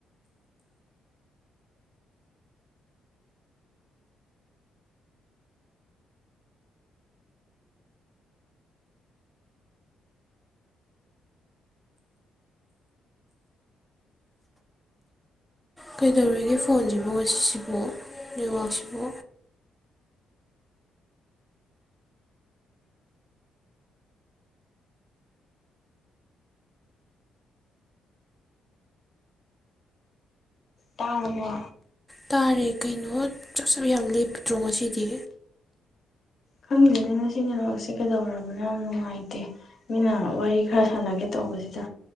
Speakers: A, in the centre; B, on the left.
A: ꯀꯩꯗꯧꯔꯒꯦ ꯐꯣꯟꯁꯤꯕꯣ ꯉꯁꯤꯁꯤꯕꯣ ꯅꯦꯠꯋꯥꯛꯁꯤꯕꯣ
B: ꯇꯥꯔꯕꯣ
A: ꯇꯥꯔꯦ ꯀꯩꯅꯣ ꯆꯞ ꯆꯞ ꯌꯥꯝ ꯂꯦꯞꯇ꯭ꯔꯣ ꯉꯁꯤꯗꯤ
B: ꯈꯪꯗꯦꯅꯦ ꯉꯁꯤ ꯅꯦꯠꯋꯥꯛꯁꯦ ꯀꯩꯗꯧꯔꯕꯅꯣ ꯌꯥꯝ ꯅꯨꯡꯉꯥꯏꯇꯦ ꯃꯤꯅ ꯋꯥꯔꯤ ꯈ꯭ꯔ ꯁꯥꯟꯅꯒꯦ ꯇꯧꯕꯁꯤꯗ